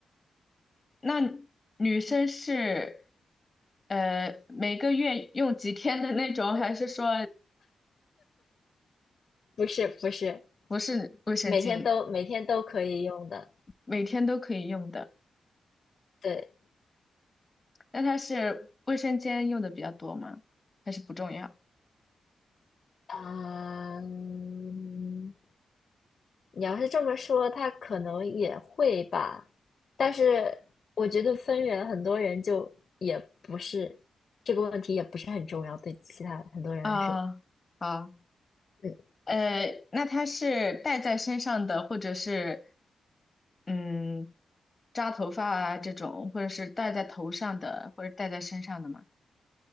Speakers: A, on the left (about 25°); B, on the left (about 50°).
A: 那女生是，呃，每个月用几天的那种，还是说
B: 不是不是，
A: 不是卫生巾，
B: 每天都每天都可以用的，
A: 每天都可以用的。
B: 对。
A: 那它是卫生间用的比较多吗？还是不重要？
B: 嗯，你要是这么说，他可能也会吧，但是我觉得分人很多人就也不是这个问题也不是很重要，对其他很多人来说，
A: 啊，好，
B: 嗯，
A: 呃，那它是戴在身上的，或者是嗯扎头发啊这种，或者是戴在头上的，或者戴在身上的吗？